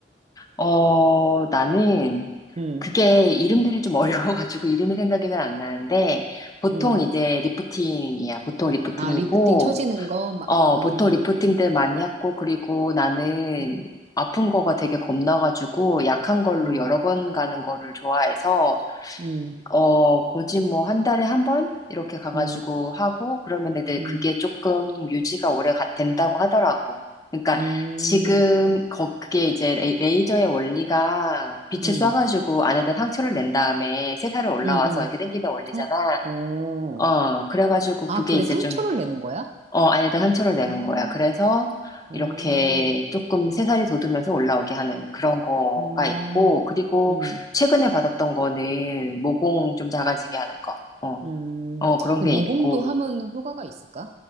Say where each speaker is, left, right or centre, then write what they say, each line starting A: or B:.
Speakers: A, on the left; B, on the right.
A: 어, 나는
B: 응,
A: 그게 이름들이 좀 <laughs> 어려워가지고 이름이 생각이 잘 안 나는데 보통
B: 응.
A: 이제 리프팅이야. 보통 리프팅이고,
B: 아, 리프팅 처지는 거, 막,
A: 어,
B: 아,
A: 보통 리프팅들 많이 했고, 그리고 나는
B: 음,
A: 아픈 거가 되게 겁나가지고 약한 걸로
B: 어,
A: 여러 번 가는 거를 좋아해서
B: 음,
A: 어, 거진 뭐 한 달에 한 번? 이렇게 가가지고
B: 음,
A: 하고, 그러면 애들
B: 음,
A: 그게 조금 유지가 오래 가- 된다고 하더라고. 그러니까
B: 음,
A: 지금, 거, 그게 이제 레- 레이저의 원리가 빛을
B: 음,
A: 쏴가지고 안에다 상처를 낸 다음에 새살이 올라와서
B: 음,
A: 이렇게
B: 음,
A: 당기는 원리잖아.
B: 어, 어.
A: 어, 그래가지고
B: 아,
A: 그게
B: 그래,
A: 이제
B: 상처를
A: 좀
B: 내는 거야?
A: 어, 아니다, 상처를
B: 아,
A: 내는 거야. 그래서
B: 어,
A: 이렇게 조금 새살이 돋으면서 올라오게 하는 그런 거가
B: 음,
A: 있고, 그리고
B: 음,
A: 최근에 받았던 거는 모공 좀 작아지게 하는 거. 어,
B: 음.
A: 어, 그런
B: 근데
A: 게
B: 모공도
A: 있고.
B: 하면 효과가 있을까?